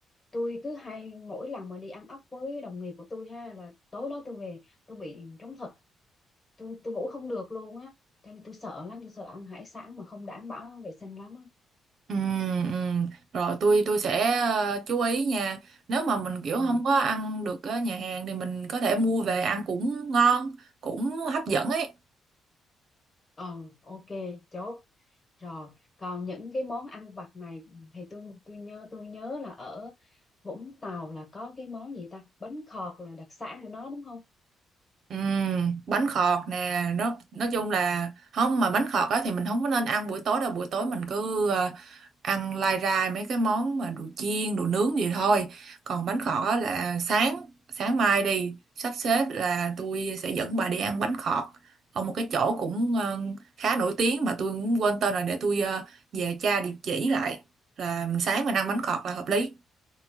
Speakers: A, on the left; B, on the right.
A: tôi cứ hay mỗi lần mà đi ăn ốc với đồng nghiệp của tôi ha là tối đó tôi về tôi bị trống thật tôi tôi ngủ không được luôn á cho nên tôi sợ lắm tôi sợ ăn hải sản mà không đảm bảo vệ sinh lắm á
B: Ừ, ừ. Rồi tôi tôi sẽ ờ, chú ý nha. Nếu mà mình kiểu
A: ừ.
B: không có ăn được ở nhà hàng thì mình có thể mua về ăn cũng ngon, cũng hấp dẫn ấy.
A: ờ ok chốt rồi còn những cái món ăn vặt này thì tôi tôi nhớ tôi nhớ là ở Vũng Tàu là có cái món gì ta bánh khọt là đặc sản của nó đúng không
B: Ừ, bánh khọt nè, nó nói chung là không mà bánh khọt á thì mình không có nên ăn buổi tối đâu, buổi tối mình cứ ờ, ăn lai rai mấy cái món mà đồ chiên đồ nướng gì thôi còn bánh khọt á là sáng sáng mai đi sắp xếp là tôi sẽ dẫn bà đi ăn bánh khọt ở một cái chỗ cũng ờ, khá nổi tiếng mà tôi cũng quên tên rồi để tôi ờ, về tra địa chỉ lại là sáng mình ăn bánh khọt là hợp lý